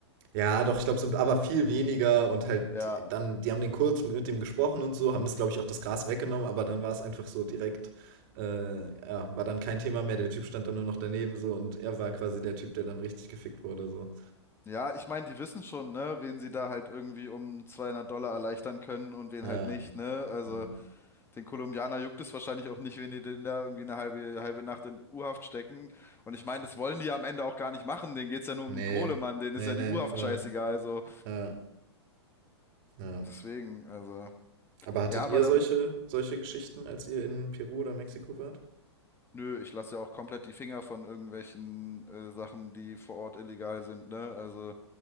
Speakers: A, on the right; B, on the left.
A: Ja, doch, ich glaube, so, aber viel weniger und halt
B: Ja.
A: dann, die haben den kurz mit dem gesprochen und so, haben das, glaube ich, auch das Gras weggenommen, aber dann war es einfach so direkt, äh, ja, war dann kein Thema mehr, der Typ stand dann nur noch daneben so und er war quasi der Typ, der dann richtig gefickt wurde so.
B: Ja, ich meine, die wissen schon, ne, wen sie da halt irgendwie um 200 Dollar erleichtern können und wen
A: Ja,
B: halt nicht, ne? Also,
A: ja.
B: den Kolumbianer juckt es wahrscheinlich auch nicht, wenn die den da irgendwie eine halbe, halbe Nacht in U-Haft stecken. Und ich meine, das wollen die am Ende auch gar nicht machen. Denen geht's ja nur
A: nee,
B: um die Kohle, Mann. Denen
A: nee,
B: ist ja
A: nee,
B: die U-Haft
A: voll,
B: scheißegal, also.
A: ja, ja.
B: Deswegen, also.
A: Aber hattet
B: Ja, aber
A: ihr
B: da,
A: solche, solche Geschichten, als ihr in Peru oder Mexiko wart?
B: Nö, ich lasse ja auch komplett die Finger von irgendwelchen äh, Sachen, die vor Ort illegal sind, ne? Also